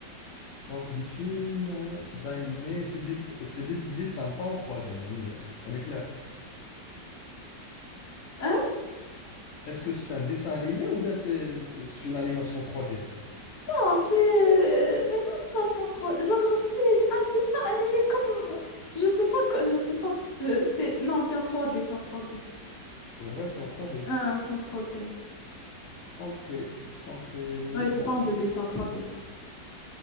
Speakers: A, on the left; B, on the left.
A: Donc, des films, euh, d'animés, c'est des, c'est des dessins, pas en 3D, on est, on est clair.
B: Ah,
A: Est-ce que c'est un dessin animé ou bien c'est c'est- c'est une animation 3D?
B: Non, c'est euh, une animation 3D. Genre, c'est un dessin animé comme... Je sais pas, quoi- je sais pas. Je- c'est... Non, c'est en trois d c'est en 3D.
A: C'est vrai, c'est en 3D.
B: Ah, c'est en 3D.
A: Ok, ok.
B: Ouais, c'est
A: Donc,
B: pas en 2D, c'est en 3D, ça.